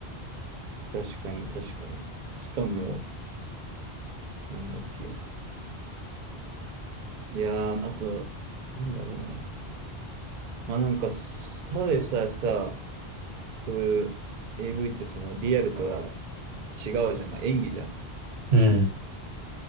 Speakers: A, on the right (about 60°); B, on the right (about 80°).
A: 確かに、確かに。しかも、なんだっけ。いやー、あと、なんだろうね。まあなんか、ただでさえさ、そういう AV ってそのリアルとは違うじゃん。まあ演技じゃん。
B: うん。だか